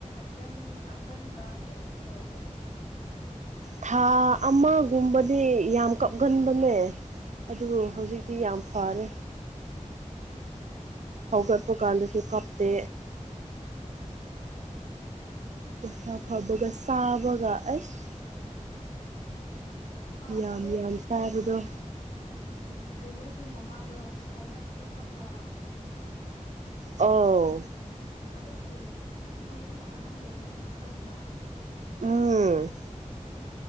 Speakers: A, on the left; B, on the right.
A: ꯀꯟ ꯀꯞꯒꯟꯕ꯭ꯔꯥ ꯀꯩ ꯀꯩꯗꯧꯒꯦ
B: ꯊꯥ ꯑꯃꯒꯨꯝꯕꯗꯤ ꯌꯥꯝ ꯀꯞꯒꯟꯕꯅꯦ ꯑꯗꯨ
A: ꯎꯝ
B: ꯍꯧꯖꯤꯛ ꯖꯤꯛꯇꯤ ꯌꯥꯝ ꯐꯔꯦ
A: ꯎꯝ
B: ꯍꯧꯒꯠꯄ ꯀꯥꯟꯗꯁꯨ ꯀꯞꯇꯦ ꯃꯁꯥ ꯐꯕꯒ ꯆꯥꯕꯒ ꯑꯁ
A: ꯑ
B: ꯌꯥꯝ
A: ꯑꯗꯣ
B: ꯌꯥꯝ ꯆꯥꯕꯗꯣ
A: ꯎ ꯀꯩꯅꯣꯒꯤ ꯃꯃꯥꯗꯣ ꯁꯥꯏꯔꯁꯇꯣ ꯈꯪꯕ꯭ꯔꯥ
B: ꯑꯧ
A: ꯑꯗꯨꯒꯤ ꯃꯣꯏꯁꯨ ꯑꯉꯥꯡ ꯂꯩꯌꯦ ꯍꯥꯏꯕꯗꫭ ꯈꯪꯕ꯭ꯔꯥ
B: ꯎꯝ